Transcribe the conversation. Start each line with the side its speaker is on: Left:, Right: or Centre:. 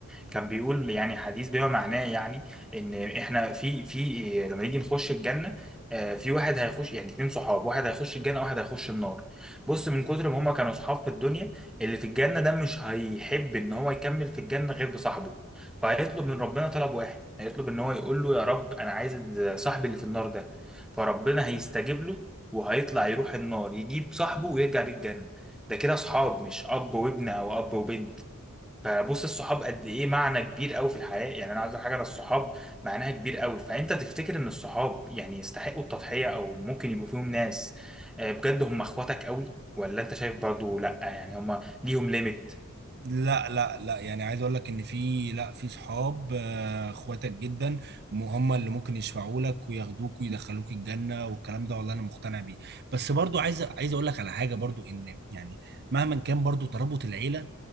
Centre: كان بيقول يعني حديث بما معناه يعني ان احنا في في لما نيجي نخش الجنه آه، في واحد هيخش يعني اتنين صحاب واحد هيخش الجنه واحد هيخش النار بص من كتر ما هما كانوا صحاب في الدنيا اللي في الجنة ده مش هيحب إن هو يكمل في الجنة غير بصاحبه فهيطلب من ربنا طلب واحد هيطلب إن هو يقول له يا رب أنا عايز صاحبي اللي في النار ده فربنا هيستجيب له وهيطلع يروح النار يجيب صاحبه ويرجع بالجنة ده كده أصحاب مش أب وابن أو أب وبنت فبص الصحاب قد ايه معنى كبير قوي في الحياة يعني انا عايز أقول حاجة انا الصحاب معناها كبير قوي فانت تفتكر ان الصحاب يعني يستحقوا التضحية او ممكن يبقوا فيهم ناس آه، بجد هم اخواتك قوي ولا انت شايف برضو لا يعني هم ليهم ليميت
Right: لا لا لا يعني عايز اقول لك ان في لا في صحاب آه، اخواتك جدا م- هم اللي ممكن يشفعوا لك وياخدوك ويدخلوك الجنه والكلام ده والله انا مقتنع بيه بس برضو عايز عايز اقول لك على حاجه برضو ان يعني مهما كان برضو ترابط العيله